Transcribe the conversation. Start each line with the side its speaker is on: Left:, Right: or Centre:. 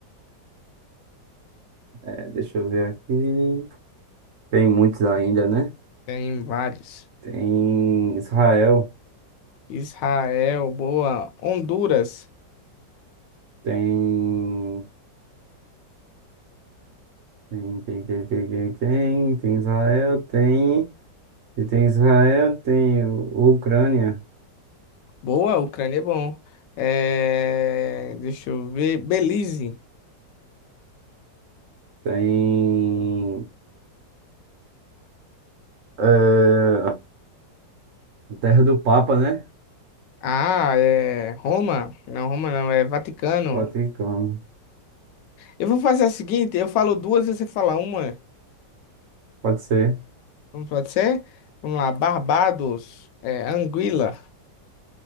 Right: Eh, deixa eu ver aqui. Tem muitos ainda, né?
Left: tem vários.
Right: Tem Israel,
Left: Israel, boa. Honduras.
Right: tem. Tem, tem, tem, tem, tem, tem, tem Israel, tem. E tem Israel, tem Ucrânia,
Left: Boa, Ucrânia é bom. É, Deixa eu ver. Belize.
Right: tem. É, a Terra do Papa, né?
Left: Ah, é. Roma. Não, Roma não, é Vaticano.
Right: Vaticano.
Left: Eu vou fazer a seguinte: eu falo duas e você fala uma.
Right: Pode ser.
Left: Não pode ser? Vamos lá. Barbados. É, Anguila.